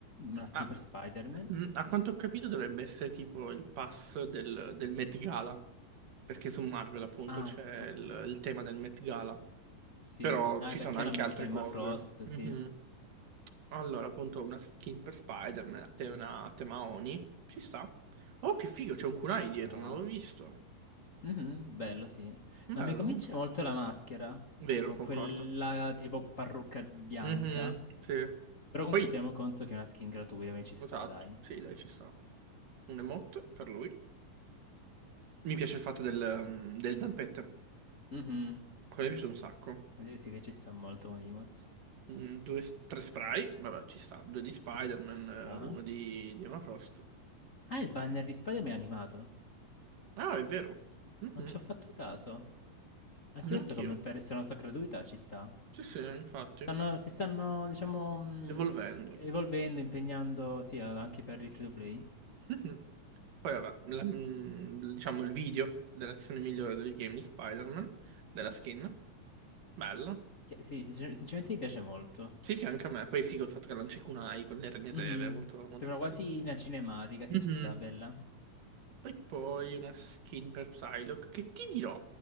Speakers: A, on the left; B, on the right.
A: una
B: Ah,
A: skin per Spider-Man.
B: mm, a quanto ho capito dovrebbe essere tipo il pass del, del Met Gala, perché su Marvel appunto
A: Ah,
B: c'è
A: o-
B: il, il tema del Met Gala,
A: sì.
B: però
A: Ah,
B: ci
A: è perché
B: sono anche
A: hanno messo
B: altre
A: Emma
B: cose.
A: Frost,
B: Mhm.
A: sì.
B: Allora, appunto, una skin per Spider-Man, a te- una a tema Oni, ci sta. Oh, che figo,
A: Ci
B: c'è
A: sta.
B: un kunai dietro, non l'ho visto.
A: Mhm, bello, sì.
B: Bello.
A: Non mi convince molto la maschera,
B: Vero,
A: con
B: concordo.
A: quella tipo parrucca bianca.
B: Mhm, sì.
A: Però comunque
B: Poi
A: teniamo conto che è una skin gratuita, quindi ci sta,
B: Esatto,
A: dai.
B: sì, dai, ci sta. Un emote per lui. Mi piace il fatto del, um, delle zampette.
A: Mhm.
B: Quello mi piace un sacco.
A: Vuol dire sì che ci sta molto un emote.
B: Mm, Due, tre spray, vabbè, ci sta. Due di Spider-Man,
A: Ci sta.
B: eh, uno di, di Emma Frost.
A: Ah, il banner di Spider-Man è animato.
B: Ah, è vero. Mhm,
A: Non ci ho fatto caso. Anche
B: Neanch'io.
A: questo come per essere una cosa gratuita ci sta.
B: Sì, sì, infatti.
A: Si stanno, si stanno, diciamo, mh,
B: Evolvendo.
A: evolvendo, impegnando, sì, a- anche per il free to play.
B: Mhm. Poi, vabbè, la- mm, diciamo il video dell'azione migliore del game di Spider-Man, della skin. Bello.
A: Che, sì, sincer- sinceramente mi piace molto.
B: Sì, sì, anche a me. Poi è figo il fatto che lanci kunai con le ragnatele,
A: Mhm.
B: è molto, molto
A: Sembra
B: bello.
A: quasi una cinematica, sì,
B: Mhm.
A: ci sta, bella.
B: E poi una skin per Psylocke che ti dirò,